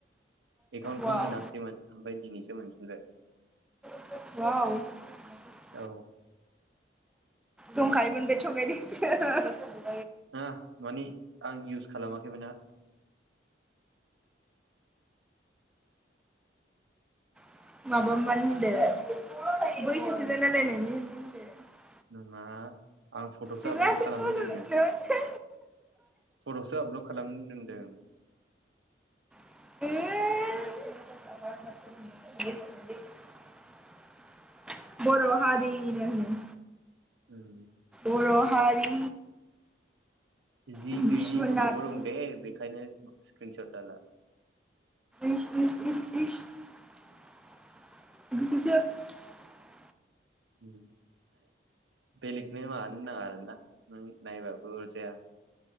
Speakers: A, on the right; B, in the centre.
A: एकाउन्टखौ
B: वाव
A: मोनाखिसैमोन ओमफ्राय दिनैसो मोनफि दे
B: <unintelligible>
A: औ
B: दंखायोमोन बेयो थगायदोंसो
A: खालामाखैमोनना खालामाखैमोना
B: <unintelligible>
A: <unintelligible> आं फट'सो
B: नोङासो
A: आपल'ड खालामनानै
B: होनो
A: दोननो
B: नोङासो
A: फट'सो आपल'ड खालामनानै दोनदों
B: <unintelligible> बर' हारिनो
A: <inaudible>
B: बर' हारि
A: जि
B: बिस्वनाथनि
A: गैयि फट'बो दं दे बेखायनो <unintelligible>
B: <unintelligible> <unintelligible>
A: <unintelligible> बेलेगनो मानो नाङा आर ना नों नायबाबो अरजाया